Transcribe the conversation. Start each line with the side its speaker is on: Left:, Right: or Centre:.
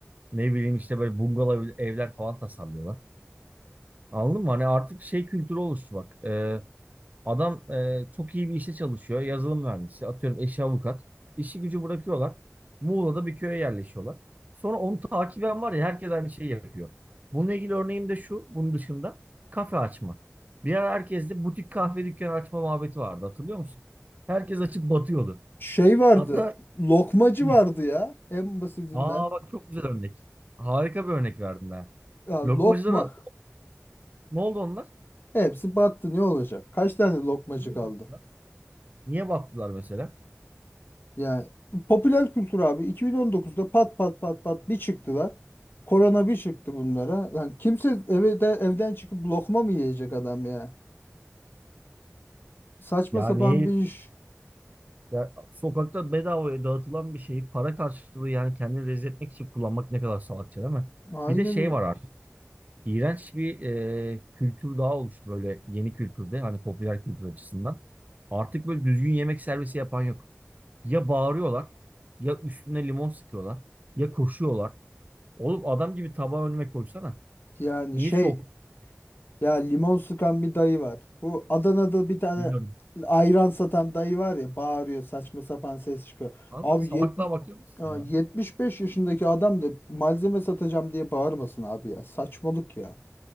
Right: Ne bileyim işte böyle bungalov evler falan tasarlıyorlar. Anladın mı? Hani artık şey kültürü oluştu bak. e, Adam e, çok iyi bir işte çalışıyor. Yazılım mühendisi. Atıyorum eşi avukat. İşi gücü bırakıyorlar. Muğla'da bir köye yerleşiyorlar. Sonra onu takiben var ya herkes aynı şeyi yapıyor. Bununla ilgili örneğim de şu. Bunun dışında kafe açma. Bir ara herkeste butik kahve dükkanı açma muhabbeti vardı. Hatırlıyor musun? Herkes açıp batıyordu.
Left: Şey vardı.
Right: Hatta
Left: Lokmacı
Right: hı,
Left: vardı ya. En basitinden.
Right: aa bak çok güzel örnek. Harika bir örnek verdim ben.
Left: Ya
Right: Lokmacılara
Left: lokma.
Right: ne oldu onlar?
Left: Hepsi battı ne olacak? Kaç tane lokmacı
Right: Niye
Left: kaldı?
Right: battılar? Niye battılar mesela?
Left: Yani popüler kültür abi 2019'da pat pat pat pat bir çıktılar. Korona bir çıktı bunlara. Lan kimse eve de, evden çıkıp lokma mı yiyecek adam ya? Saçma
Right: Ya
Left: sapan
Right: niye
Left: bir iş.
Right: Ya, sokakta bedavaya dağıtılan bir şeyi para karşılığı yani kendini rezil etmek için kullanmak ne kadar salakça değil mi?
Left: Aynen
Right: Bir de şey
Left: öyle.
Right: var artık. İğrenç bir e, kültür daha oluştu böyle yeni kültürde hani popüler kültür açısından. Artık böyle düzgün yemek servisi yapan yok. Ya bağırıyorlar ya üstüne limon sıkıyorlar ya koşuyorlar. Oğlum adam gibi tabağı önüme koysana.
Left: Yani
Right: Niye
Left: şey
Right: şok?
Left: ya limon sıkan bir dayı var. Bu Adana'da bir tane
Right: Bilmiyorum.
Left: ayran satan dayı var ya bağırıyor saçma sapan ses çıkıyor.
Right: Vallahi
Left: Abi
Right: salaklığa bakıyor musun
Left: Ya
Right: ya?
Left: 75 yaşındaki adam da malzeme satacağım diye bağırmasın abi ya. Saçmalık ya.